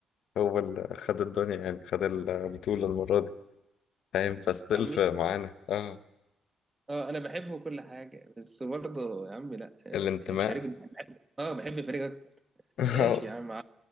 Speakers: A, on the left; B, on the right.
A: هو اللي خد الدنيا يعني خد البطولة المرة دي فاهم فاستيل
B: يا عمي
A: في معانا اه
B: اه انا بحبه كل حاجه بس برضه يا عمي لا آه،
A: الانتماء
B: الفريق ده اه بحب الفريق اكتر
A: <laughs>
B: ماشي يا عم ع-